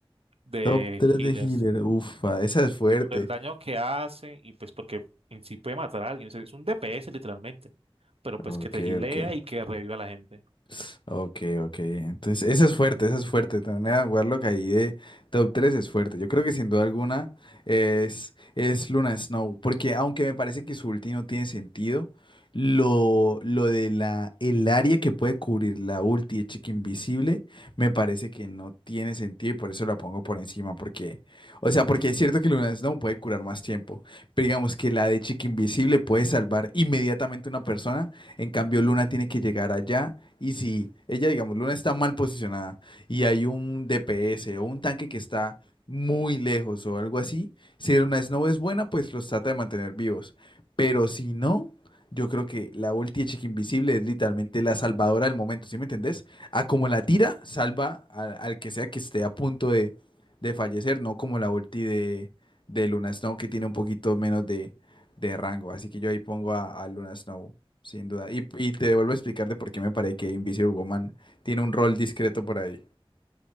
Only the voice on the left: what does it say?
Top 3
de healer. Ufa, esa es fuerte.
Ok,
ok.
<laughs> Ok, ok. Entonces, esa es fuerte, esa es fuerte. Tener a Warlock ahí de top 3 es fuerte. Yo creo que sin duda alguna es, es Luna Snow. Porque aunque me parece que su ulti no tiene sentido, lo, lo de la, el área que puede cubrir la ulti de Chica Invisible me parece que no tiene sentido y por eso la pongo por encima. Porque, o sea, porque es cierto que Luna Snow puede curar más tiempo. Pero digamos que la de Chica Invisible puede salvar inmediatamente a una persona. En cambio, Luna tiene que llegar allá y si ella, digamos, Luna está mal posicionada y hay un DPS o un tanque que está muy lejos o algo así, si Luna Snow es buena, pues los trata de mantener vivos. Pero si no, yo creo que la ulti de Chica Invisible es literalmente la salvadora del momento, ¿sí me entendés? A como la tira, salva al, al que sea que esté a punto de, de fallecer, no como la ulti de, de Luna Snow que tiene un poquito menos de, de rango. Así que yo ahí pongo a, a Luna Snow sin duda. Y,
y te vuelvo a explicar de por qué me parece que Invisible Woman tiene un rol discreto por ahí.